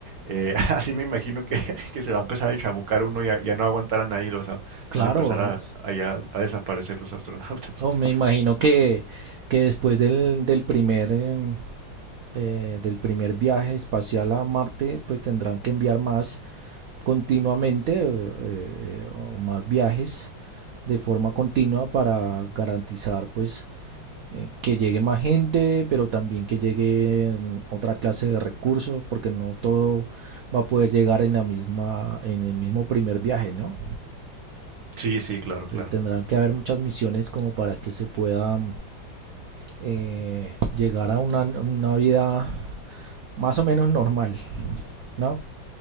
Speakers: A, on the right; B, on the right.
A: Eh, <laughs> así me imagino que, <laughs> que se va a empezar a chamucar uno y a- ya no aguantarán ahí, los, a-
B: claro.
A: van a empezar a, a ya a desaparecer los astronautas.
B: Oh,
A: <laughs>
B: me imagino que, que después del, del primer, em, eh, del primer viaje espacial a Marte, pues tendrán que enviar más continuamente eh, eh, o más viajes de forma continua para garantizar pues eh, que llegue más gente, pero también que llegue otra clase de recursos, porque no todo va a poder llegar en la misma, en el mismo primer viaje, ¿no?
A: Sí, sí, claro,
B: Entonces,
A: claro.
B: tendrán que haber muchas misiones como para que se pueda eh, llegar a una, una vida más o menos normal, ¿no?